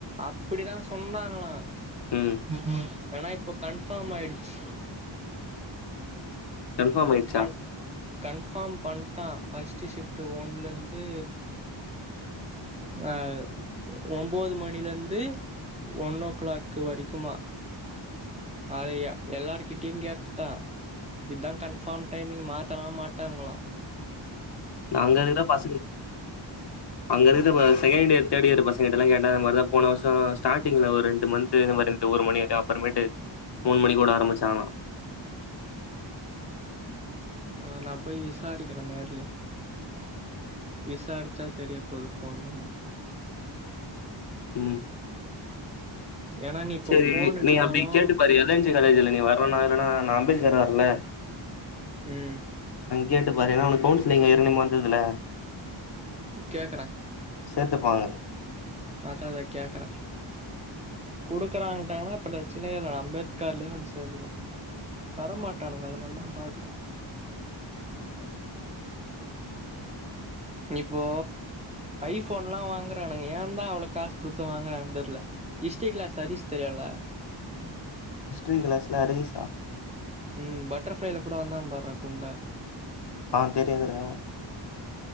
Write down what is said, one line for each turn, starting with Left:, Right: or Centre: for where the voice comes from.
Right: அப்டிதான் சொன்னாங்களா
Left: ம்.
Right: <inaudible> ஏன்னா இப்போ கன்ஃபார்ம் ஆயிடுச்சு
Left: கன்ஃபாம் ஆயிடுச்சா
Right: கன் கன்ஃபார்ம் பண்ணிட்டா ஃபர்ஸ்ட்டு ஷிஃப்டு ஒன்லேந்து ஆ ஒன்பது மணில இருந்து ஒன் ஓ கிளாக் க்கு வடிக்குமா அதையா எல்லாரு கிட்டும் கேட்டா இதுதா கன்பார்ம் டைமிங் மாத்தலா மாட்டாங்ளா
Left: நாங்க இதுக்கு தான் பசங்க அங்க இருந்து செகண்ட் இயர் தேர்ட் இயர் பசங்கிட்ட எல்லாம் கேட்டா அது மாதிரிதான் போன வருஷம் ஸ்டார்டிங்ல ஒரு ரெண்டு மந்த் இந்த மாதிரி இரு ஒரு மணி அப்புறமேட்டு மூணு மணி கூட ஆரம்பிச்சாங்களாம்
Right: ஆஹ் நா போய் விசாரிக்கிறேநேர்லே விசாரிச்சா தெரிய போது போன் பண்ணி
Left: உம்
Right: ஏனா நீ இப்போ
Left: சேரி
Right: ஃபோன் எடுத்தாலு
Left: நீ அப்படி கேட்டு பாரு எல்என்ஜி காலேஜ்ல நீ வரனா ஏன்னனா நான் அம்பேத்கர் வர்ல
Right: உஹம்
Left: கேட்டு பாரு ஏன்னா உனக்கு கவுன்சிலிங் ஏர்கனமே வந்ததுல
Right: கேக்குறே
Left: சேத்துப்பாங்க
Right: அதான் அதான் கேக்குறேன் குடுக்குறாங்கட்டான்னா அப்பற சின்ன கத அம்பேத்கர்லயே வந்து சேர்ந்துவன் தரமாட்டானுங்க அதனாலதான் பாக்குறேன் இப்போ ஐபோன் எல்லாம் வாங்கறானுங்க ஏ தான் அவ்வளவு காசு குடுத்து வாங்குறனு தெரியல இஸ்டேக்கலா சரீஸ் தெரியல
Left: ஹிஸ்டரி கிளாஸ்ல ஹரிசா
Right: உம் பட்டர்ஃளைல கூட வந்தான் பார்ரா குண்டா
Left: ஆஹ தெரியும் தெரியும்